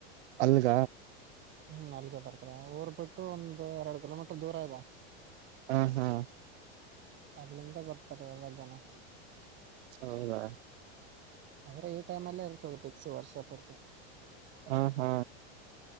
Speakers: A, on the right; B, on the right.
A: ಆಲ್ಗ
B: ಹ್ಮ್ ಅಲ್ಲಿಗೆ ಬರ್ತಾರೆ ಊರ್ ಬಿಟ್ಟು ಒಂದು ಎರಡು ಕಿಲೋಮೀಟರ್ ದೂರ ಇದ
A: ಹಾ ಹಾ
B: ಅಲ್ಲಿಂದ ಬರ್ತಾರೆ ಎಲ್ಲ ಜನ
A: ಹೌದಾ
B: ಆದ್ರೆ ಈ ಟೈಮ್ ಅಲ್ಲೇ ಇರ್ತದೆ ಕ್ಸ್ ವರ್ಷ ಪೂರ್ತ
A: ಹ ಹಾ